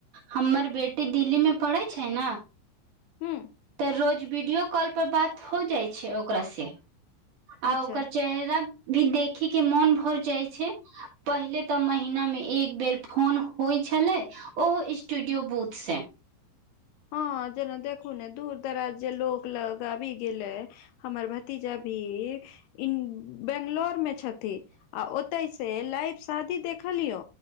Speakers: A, on the right; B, on the left.
A: हमर बेटी दिल्ली मे पढ़ै छैय न
B: हू
A: तऽ रोज वीडियो कॉल पर बात हो जाइ छैय ओकरा से
B: अच्छा
A: आ ओकर चेहरा भी देखी के मोन भऽ जाइ छै पहिले तऽ महिना मे एक बेर फोन होइ छलै ओहो स्टूडियो बूथसँ
B: हँ जेना देखू ने दूर दराज जे लोक लगाबी गेलै हमर भतीजा भी इन बंगलोर मे छथि आ ओतै से लाइ शादी देखलियौ